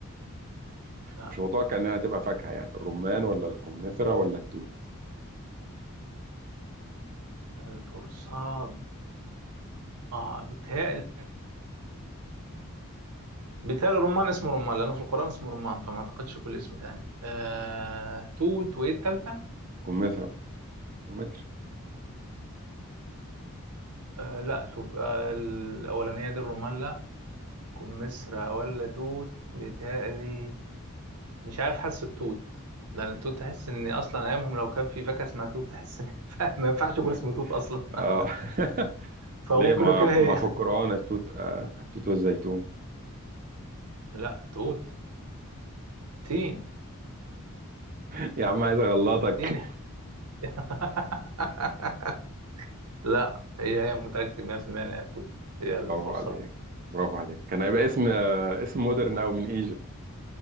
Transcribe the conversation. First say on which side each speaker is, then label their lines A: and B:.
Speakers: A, on the right; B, on the right.
A: <laughs>
B: لا
A: مش متوقع انها هتبقى فاكهة يعني الرمان ولا الكمثرى ولا التوت؟
B: الفرصاد آه بيتهيألي بيتهيألي الرمان اسمه رمان لأنه في القرآن اسمه رمان فما أعتقدش كل اسم تاني آه... توت وإيه التالتة؟
A: كمثرى كمثرى
B: آه لا تبقى الأولانية دي الرمان لا تكون مسرة ولا توت بيتهيألي مش عارف حاسس التوت لأن التوت تحس إن أصلا أيامهم لو كان في فاكهة اسمها توت تحس إن <laughs> ما ينفعش يكون
A: Yeah.
B: اسمه توت أصلا
A: اه <laughs>
B: فممكن
A: ليه ما
B: يكون
A: في-
B: هي
A: ما في القرآن التوت آه التوت والزيتون
B: لا توت تين
A: <laughs> يا عم عايز اغلطك
B: تين
A: <laughs>
B: <laughs> لا هي هي متأكد 100% إنها توت هي الفرصاد
A: برافو عليك برافو عليك كان هيبقى اسم آه، اسم مودرن او من ايجيبت